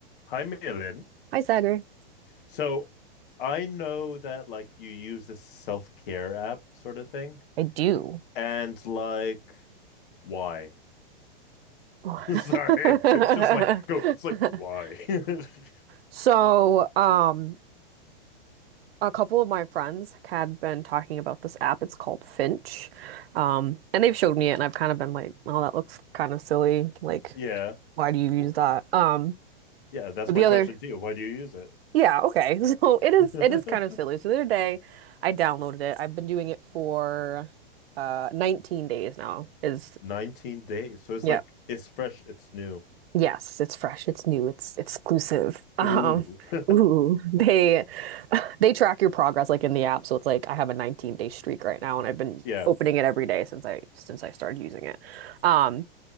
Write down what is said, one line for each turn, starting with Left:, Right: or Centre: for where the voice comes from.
Left: Hi, Malin.
Right: Hi, Sagar.
Left: So I know that like you use this self-care app sort of thing.
Right: I do.
Left: And like, why?
Right: <laughs>
Left: <laughs> Sorry. It's just like, go. It's like, why? <laughs>
Right: So, um, a couple of my friends had been talking about this app. It's called Finch. Um, and they've showed me it, and I've kind of been like, oh, that looks kind of silly. Like,
Left: Yeah.
Right: why do you use
Left: Well,
Right: that? Um,
Left: yeah, that's
Right: but
Left: my
Right: the other,
Left: question to you. Why do you use
Right: yeah, okay. <laughs> So it is,
Left: it?
Right: it is kind of silly. So the other day, I downloaded it. I've been doing it for uh 19 days now.
Left: <laughs>
Right: Is
Left: 19 days. So it's
Right: yeah.
Left: like, it's fresh, it's new.
Right: Yes, it's fresh, it's new, it's exclusive. <laughs> Um,
Left: Ooh. <laughs>
Right: ooh, they <laughs> they track your progress like in the app, so it's like I have a 19 day streak right now, and I've been
Left: Yeah.
Right: opening it every day since I since I started using it. Um,